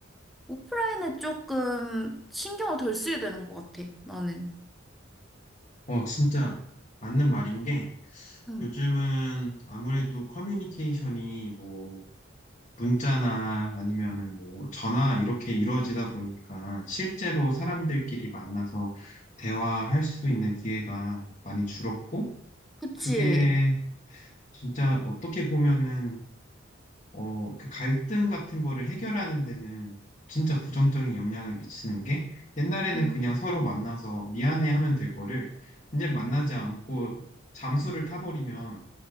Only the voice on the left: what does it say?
어 진짜 맞는 말인 게
요즘은 아무래도 커뮤니케이션이 뭐 문자나 아니면은 뭐 전화 이렇게 이루어지다 보니까 실제로 사람들끼리 만나서 대화할 수 있는 기회가 많이 줄었고
그게 진짜 어떻게 보면은 어, 그 갈등 같은 거를 해결하는 데는 진짜 부정적인 영향을 미치는 게 옛날에는
그냥 서로 만나서 미안해 하면 될 거를 이제 만나지 않고 잠수를 타버리면